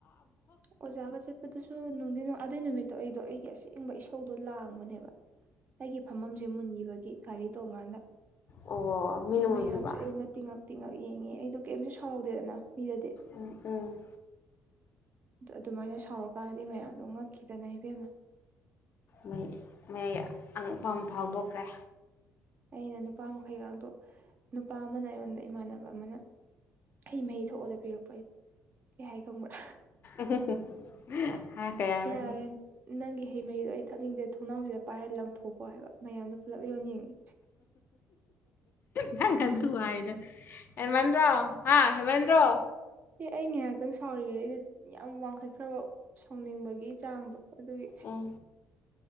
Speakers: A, on the right; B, on the left.
A: ꯑꯣꯖꯒ ꯆꯦꯠꯄꯗꯨꯁꯨ ꯅꯨꯡꯗꯤ ꯑꯗꯨꯏ ꯅꯨꯃꯤꯠꯇꯣ ꯑꯩꯗꯣ ꯑꯩꯒꯤ ꯑꯁꯦꯡꯕ ꯏꯁꯧꯗꯣ ꯂꯥꯡꯕꯅꯦꯕ ꯑꯩꯒꯤ ꯐꯝꯐꯝꯝꯁꯦ ꯃꯨꯟꯈꯤꯕꯒꯤ ꯒꯥꯔꯤ ꯇꯣꯡꯀꯥꯟꯗ
B: ꯑꯣ ꯃꯤꯅ
A: ꯑꯗꯩ
B: ꯃꯨꯟꯕꯤꯕ
A: ꯃꯌꯥꯝꯁꯦ ꯑꯩꯉꯣꯟꯗ ꯇꯤꯉꯛ ꯇꯤꯡꯉꯛ ꯌꯦꯡꯉꯦ ꯑꯩꯗꯣ ꯀꯩꯝꯁꯨ ꯁꯥꯎꯗꯦꯗꯅ ꯃꯤꯗꯗꯤ
B: ꯎꯝ ꯎꯝ
A: ꯑꯗꯨ ꯑꯗꯨꯃꯥꯏꯅ ꯁꯥꯎꯔꯀꯥꯟꯗꯗꯤ ꯃꯌꯥꯝꯗꯣ ꯉꯛꯈꯤꯗꯅ ꯏꯕꯦꯝꯃ
B: ꯃ ꯃꯌꯥ ꯑꯉꯛꯄ ꯑꯃ ꯐꯥꯎꯗꯣꯛꯈ꯭ꯔꯦ
A: ꯑꯩꯅ ꯅꯨꯄꯥ ꯃꯈꯩꯒꯗꯨ ꯅꯨꯄꯥ ꯑꯃꯅ ꯑꯩꯉꯣꯟꯗ ꯏꯃꯥꯟꯅꯕ ꯑꯃꯅ ꯑꯩ ꯃꯍꯤ ꯊꯣꯛꯑꯗ ꯄꯤꯔꯛꯄ ꯑꯩꯅ ꯀꯩ ꯍꯥꯏ ꯈꯪꯕ꯭ꯔꯥ
B: <unintelligible> ꯍꯥꯏꯕꯅꯣ
A: ꯌꯥꯔꯦ ꯅꯪꯒꯤ ꯍꯩ ꯃꯍꯤꯗꯣ ꯑꯩ ꯊꯛꯅꯤꯡꯗꯦ ꯊꯣꯡꯅꯥꯎꯁꯤꯗ ꯄꯥꯏꯔꯒ ꯂꯪꯊꯣꯛꯀꯣ ꯍꯥꯏꯕ ꯃꯌꯥꯝꯗꯣ ꯄꯨꯂꯞ ꯌꯣꯟ ꯌꯦꯡꯉꯦ
B: ꯅꯪ ꯀꯟꯊꯣꯛꯑꯣ ꯍꯥꯏꯗ ꯍꯦꯃꯟꯗꯔꯣ ꯍꯦꯃꯟꯗꯔꯣ ꯍꯦꯃꯟꯗꯔꯣ
A: ꯑꯦ ꯑꯩ ꯉꯥꯏꯍꯥꯛꯇꯪ ꯁꯥꯎꯔꯤꯉꯦ ꯑꯩꯗ ꯌꯥꯝ ꯋꯥꯡꯈꯠꯈ꯭ꯔꯕ ꯁꯥꯎꯅꯤꯡꯕꯒꯤ ꯆꯥꯡꯗꯣ ꯑꯗꯨꯒꯤ
B: ꯎꯝ